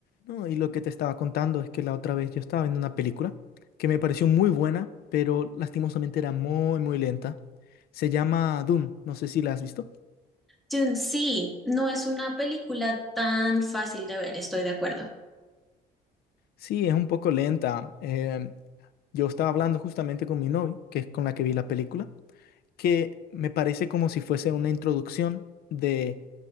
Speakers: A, on the left; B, in the centre.
A: No, y lo que te estaba contando es que la otra vez yo estaba viendo una película que me pareció muy buena, pero lastimosamente era muy, muy lenta. Se llama Dune, no sé si la has visto.
B: Dune, sí, no es una película tan fácil de ver, estoy de acuerdo.
A: Sí, es un poco lenta. Eh, yo estaba hablando justamente con mi novia, que es con la que vi la película, que me parece como si fuese una introducción de